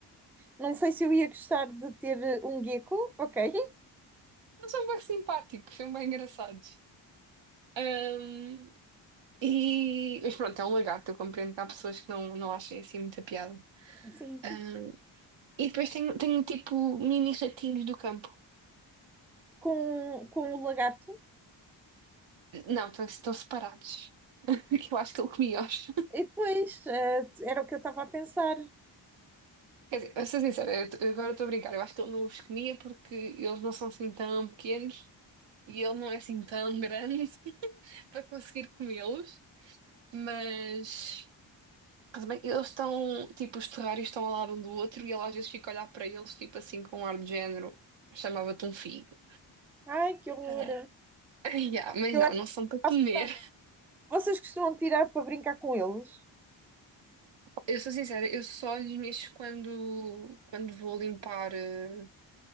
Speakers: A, in the centre; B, on the right.
A: Não sei se eu ia gostar de ter eh, um gecko, ok?
B: Eles são bem simpáticos, são bem engraçados. Ahm, e... Mas pronto, é um lagarto. Eu compreendo que há pessoas que não, não achem assim muita piada.
A: Sim.
B: Ahm, e depois tenho, tenho tipo mini ratinhos do campo.
A: Com, com o lagarto.
B: Não, estão, estão separados. <laughs> Que eu acho que ele comia-os.
A: E depois, eh, era o que eu estava a pensar.
B: Quer dizer, a ser sincera, eu t- agora estou a brincar. Eu acho que ele não os comia porque eles não são assim tão pequenos e ele não é assim tão grande <laughs> para conseguir comê-los. Mas também eles estão, tipo, os terrários estão ao lado um do outro e ele às vezes fica a olhar para eles, tipo assim, com um ar de género, chamava-te um filho.
A: Ai, que horror!
B: Ah, <laughs> yeah, mas
A: Eu
B: não,
A: acho
B: não
A: que
B: são para comer.
A: assustar. Vocês costumam tirar para brincar com eles?
B: Eu sou sincera, eu só lhes mexo quando, quando vou limpar eh,